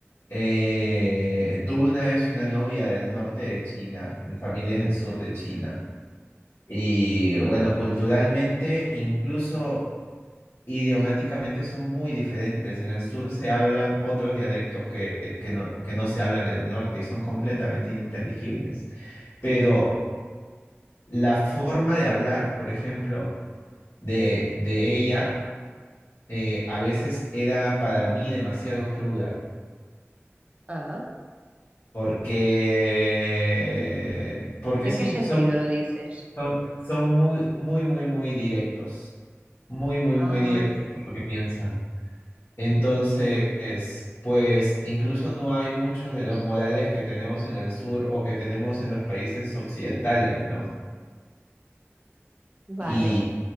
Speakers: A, on the left; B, on the right.
A: eh, tuve una vez una novia del norte de China, mi familia es del sur de China, y bueno, culturalmente, incluso idiomáticamente son muy diferentes. En el sur se hablan otros dialectos que, que no, que no se hablan en el norte y son completamente ininteligibles. Pero la forma de hablar, por ejemplo, de, de ella, eh, a veces era para mí demasiado cruda,
B: Ah,
A: porque, porque
B: ¿en
A: sí,
B: qué sentido
A: son,
B: lo dices?
A: son, son muy, muy, muy, muy directos. Muy, muy,
B: Ah,
A: muy directos con lo que piensan. Entonces, pues incluso no hay muchos de los modales que tenemos en el sur o que tenemos en los países occidentales, ¿no?
B: vale,
A: Y,